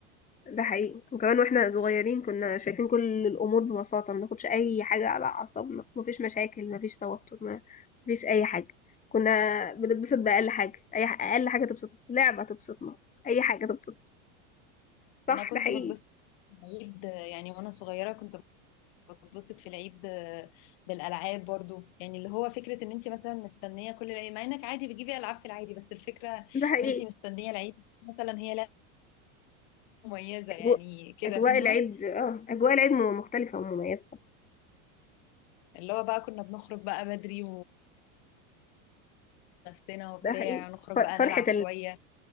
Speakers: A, on the left; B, on the left.
A: ده حقيقي وكمان واحنا صغيرين كنا شايفين كل الأمور ببساطة ما ناخدش أي حاجة على أعصابنا مفيش مشاكل مفيش توتر ما- مفيش أي حاجة كنا بنتبسط بأقل حاجة أي ح- أقل حاجة تبسطنا لعبة تبسطنا أي حاجة تبسطنا صح
B: انا كنت
A: ده حقيقي
B: بتبسط في العيد آه، يعني وانا صغيره كنت بتبسط في العيد آه، بالالعاب برضو يعني اللي هو فكره ان انت مثلا مستنيه كل العيد مع انك عادي بتجيبي العاب في العادي بس الفكره ان
A: ده حقيقي
B: انت مستنيه العيد مثلا هي لعبه مميزه يعني
A: أجواء
B: كده
A: أجواء
B: فاهمه
A: العيد اه أجواء العيد مختلفة ومميزة
B: اللي هو بقى كنا بنخرج بقى بدري ونفسنا وبتاع
A: ده حقيقي
B: نخرج
A: ف-
B: بقى
A: فرحة
B: نلعب شويه